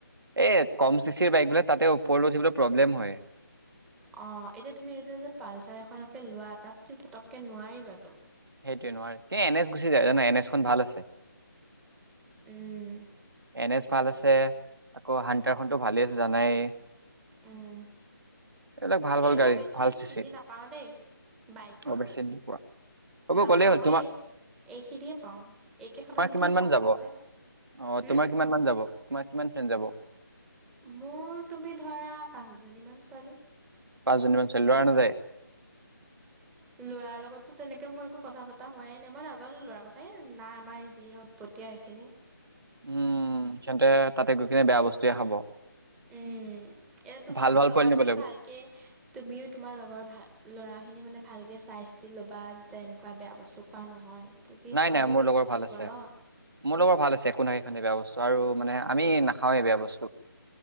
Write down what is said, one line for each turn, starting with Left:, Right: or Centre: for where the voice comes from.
Right: এই কম চিচিৰ বাইক বোলে তাতে ওপৰলৈ উঠিবলৈ প্ৰব্লেম হয়
Centre: অ এতিয়া তুমি এই যে যে পালচাৰ এখনকে লোৱা তাত তুমি পতককে নোৱাৰিবা তো
Right: সেইটোৱে নোৱাৰে এ এন এছ গুচি যায় জানা এন এছখন ভাল আছে
Centre: উম
Right: এন এছ ভাল আছে আকৌ হানটাৰ খনতো ভালে আছে জানাই
Centre: উম
Right: এইবিলাক ভাল ভাল
Centre: এই
Right: গাড়ী
Centre: মই বেছি
Right: ভাল চিচি
Centre: চিনি নাপাওঁ দেই বাইকৰ
Right: অ' বেছি নোপোৱা। হ'ব
Centre: নাপাওঁ
Right: গ'লেই হ'ল
Centre: মই
Right: তোমাৰ
Centre: এই এইখিনিয়ে পাওঁ এইকেইখনত
Right: তোমাৰ
Centre: উঠি
Right: কিমান
Centre: ভাল
Right: মান যাব?
Centre: পাওঁ যে
Right: অ'
Centre: হুম?
Right: তোমাৰ কিমান মান যাব তোমাৰ কিমান ফ্ৰেণ্ড যাব
Centre: মোৰ তুমি ধৰা পাঁচজনী মান ছোৱালী
Right: পাঁচজনীমান ছোৱালী লৰা নাযায়
Centre: লৰাৰ লগততো তেনেকে মোৰ একো কথা পতা হোৱাই নাই মই নাজানো লৰাৰ কথাই না আমাৰ যিহে উৎপত্তীয়া সেইখিনি
Right: উম তেন্তে তাতে গৈ কিনে বেয়া বস্তুয়ে খাব
Centre: উম এতিয়া তোমাৰো
Right: ভাল ভাল
Centre: লগৰ
Right: পোৱালি নিব
Centre: খিনি
Right: লাগিব।
Centre: ভালকে তুমিও তোমাৰ লগৰ ভাল ল'ৰা খিনি মানে ভালকৈ চাই চিতি ল'বা যাতে এনেকোৱা বেয়া বস্তু খোৱা নহয় কি
Right: নাই
Centre: ছোৱালীও
Right: নাই মোৰ
Centre: ৰিক্সি
Right: লগৰ
Centre: থাকিব
Right: ভাল আছে
Centre: ন
Right: মোৰ লগৰ ভাল আছে একো নাখাই সেতি বেয়া বস্তু আৰু মানে আমি নাখাওঁৱেই বেয়া বস্তু